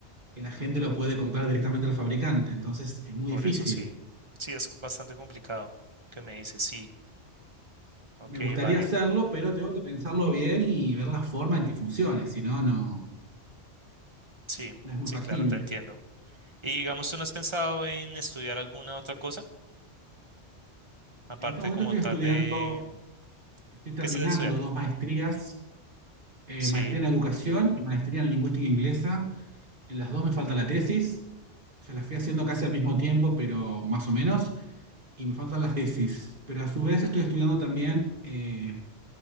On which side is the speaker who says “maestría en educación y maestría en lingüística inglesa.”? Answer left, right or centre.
Right